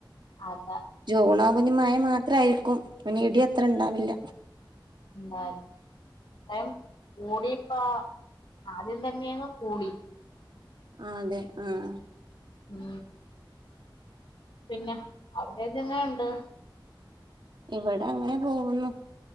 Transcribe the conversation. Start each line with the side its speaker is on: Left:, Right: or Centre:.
Left: അതാ
Right: ജൂണാവ്മ്പൊ ഞ് മയ മാത്രാരിക്കും പിന്നെ ഇടി അത്ര ഇണ്ടാവില്ല
Left: ന്നാലും <unintelligible> കൂടിപ്പാ ആദ്യം തന്നെയങ്ങ് കൂടി
Right: ആതെ ആഹ്
Left: ഉം പിന്നെ അവ്ടെയൊക്കെ എങ്ങെനെണ്ട്
Right: ഇവടെ അങ്ങനെ പോവുന്നു